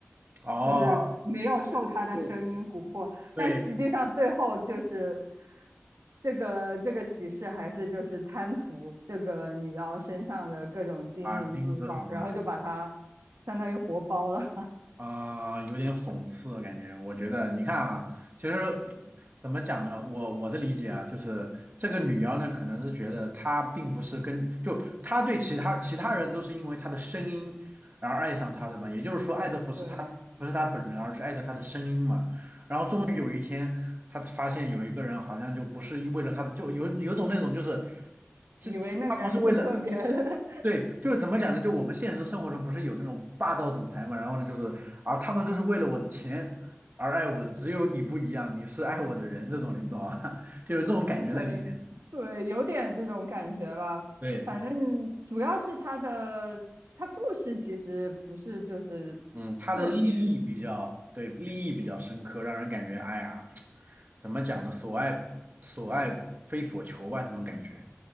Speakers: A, on the right (about 40°); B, on the right (about 80°).
A: 哦，
B: 就是没有受他的声音蛊惑，
A: 就对
B: 但实际上最后就是这个这个骑士还是就是贪图这个女妖身上的各种金银珠宝，
A: 啊，金子什么的，
B: 然后就把她相当于活包了。
A: 啊、有点讽刺的感觉。我觉得，你看啊，其实怎么讲呢？我我的理解啊，就是这个女妖呢，可能是觉得她并不是跟，就她对其他其他人都是因为她的声音然后爱上她的嘛，也就是说爱的不是她不是她本人，
B: 对，
A: 而是爱的她的声音嘛。然后终于有一天，
B: 嗯，
A: 她发现有一个人好像就不是为了她，就有有种那种就是，这她不是为了。
B: 以为那个人是特别，的，
A: 对，就是怎么讲呢？就我们现实生活中不是有那种霸道总裁嘛，然后呢，就是啊，他们都是为了我的钱而爱我的，只有你不一样，你是爱我的人，这种你懂吗？<laughs> 就有这种感觉在里面。
B: <laughs> 就可能对，有点这种感觉吧。
A: 对，
B: 反正主要是他的他故事其实不是就是特别
A: 嗯，他的利益比较，对，利益比较深刻，让人感觉，哎呀，<tsk> 怎么讲呢？所爱所爱非所求吧，那种感觉。